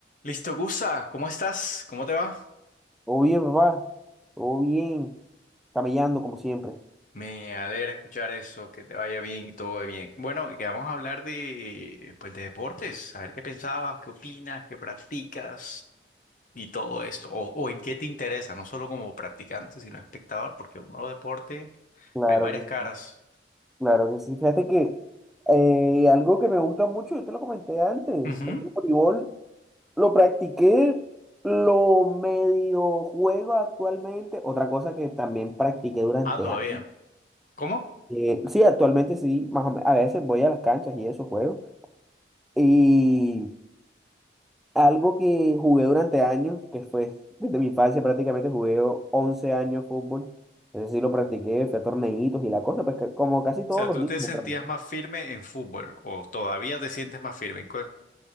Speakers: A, on the left; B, in the centre.
A: Listo, Gusa, ¿cómo estás? ¿Cómo te va?
B: Todo bien, papá, todo bien, camellando como siempre.
A: Me alegra escuchar eso, que te vaya bien y todo bien. Bueno, y que vamos a hablar de, pues, de deportes, a ver qué pensabas, qué opinas, qué practicas y todo esto, o, o en qué te interesa, no solo como practicante, sino espectador, porque uno deporte,
B: Claro
A: hay varias
B: que
A: caras.
B: sí, claro que sí. Fíjate que eh, algo que me gusta mucho, yo te lo comenté antes,
A: Ujú.
B: es el voleibol. Lo practiqué, lo medio juego actualmente. Otra cosa que también practiqué durante
A: Ah, todavía.
B: años.
A: ¿Cómo? O
B: Eh, sí, actualmente sí, más o me- a veces voy a las canchas y eso juego. Y Algo que jugué durante años, que fue desde mi infancia prácticamente, jugué 11 años fútbol. Ese sí lo practiqué, fui a torneitos y la cosa, pues ca- como casi todos
A: sea,
B: los
A: ¿tú
B: niños.
A: te sentías
B: pero
A: más firme en fútbol o todavía te sientes más firme? ¿En cuál?